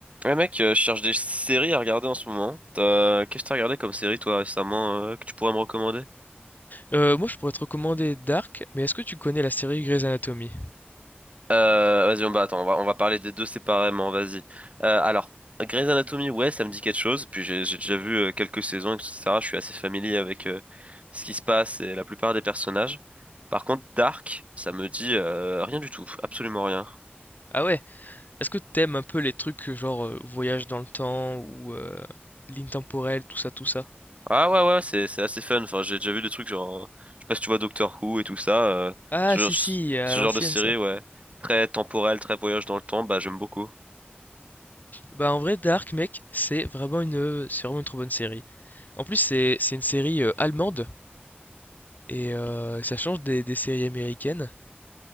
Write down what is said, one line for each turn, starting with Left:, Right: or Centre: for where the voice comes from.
Right: Ouais mec, euh, je cherche des séries à regarder en ce moment. T'as- Qu'est-ce que t'as regardé comme série toi récemment euh, que tu pourrais me recommander?
Left: Heu, moi, je pourrais te recommander Dark, mais est-ce que tu connais la série Grey's Anatomy?
Right: Euh, vas-y, on va attends, on va, on va parler des deux séparément, vas-y. Euh, alors, Grey's Anatomy, ouais, ça me dit quelque chose. Puis j'ai j'ai déjà vu euh, quelques saisons, etc. Je suis assez familier avec euh, ce qui se passe et la plupart des personnages. Par contre, Dark, ça me dit euh, rien du tout, absolument rien.
Left: Ah ouais? Est-ce que t'aimes un peu les trucs, heu, genre, heu, voyage dans le temps ou, heu, ligne temporelle, tout ça, tout ça?
Right: Ah ouais ouais c'est c'est assez fun. Enfin j'ai déjà vu des trucs genre euh, je sais pas si tu vois Doctor Who et tout ça. euh,
Left: Ah
Right: ce
Left: si,
Right: genre,
Left: si, à
Right: ce
Left: l'ancienne
Right: genre de série
Left: ça.
Right: ouais très temporel très voyage dans le temps bah j'aime beaucoup.
Left: Bah, en vrai, Dark, mec, c'est vraiment une, c'est vraiment une trop bonne série. En plus, c'est c'est une série, heu, allemande et heu, ça change des des séries américaines